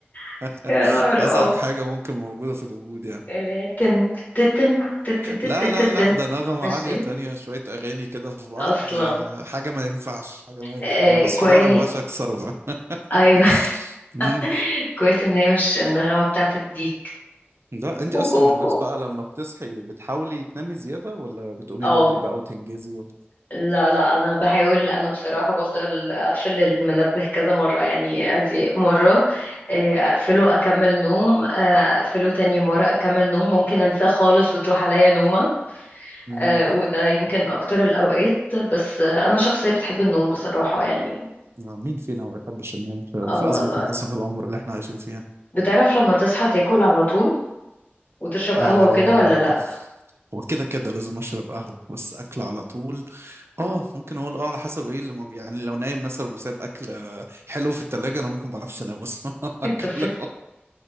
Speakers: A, on the left; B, on the right.
A: <laughs>
B: <laughs>
A: يا نهار
B: ازعج
A: اه
B: حاجه ممكن موجوده في الوجود يعني
A: اللي هي تن تتن تتتتتتن
B: لا لا لا ده نغمة
A: مش
B: عالية
A: دي
B: تانية شوية أغاني كده في بعض
A: اصلا
B: آه، حاجة ما ينفعش حاجة ما ينفعش.
A: آه
B: أنا بصحى
A: كويس
B: دار أنا بس أكسرها <laughs>
A: ايوه
B: مم.
A: <laughs> كويس ان هي مش النغمة بتاعت الديك
B: ده
A: كوكو
B: أنت أصلا
A: كوكو
B: من الناس بقى لما بتصحي بتحاولي تنامي زيادة ولا بتقومي
A: اه
B: بدري بقى وتنجزي و...
A: لا لا انا بحاول انا بصراحه بفضل اقفل المنبه كذا مره يعني ادي مره آه، اقفله اكمل نوم آه، اقفله تاني مره اكمل نوم ممكن انساه خالص وتروح عليا نومه
B: مم.
A: آه، وده يمكن اكتر الاوقات بس آه، انا شخصيه بتحب النوم بصراحه يعني
B: آه، مين فينا ما بيحبش النوم في
A: اه
B: في
A: والله
B: أزمة منتصف العمر اللي إحنا عايشين فيها
A: بتعرف لما تصحى تاكل على طول وتشرب قهوه
B: آه
A: وكده ولا لا
B: وكده كده لازم أشرب قهوة بس أكل على طول اه
A: آه.
B: ممكن اقول اه على حسب ايه اللي موجود يعني لو نايم مثلا وسايب اكل آه، حلو في التلاجة انا ممكن ما اعرفش انام اصلا <laughs> اكل
A: انت بت-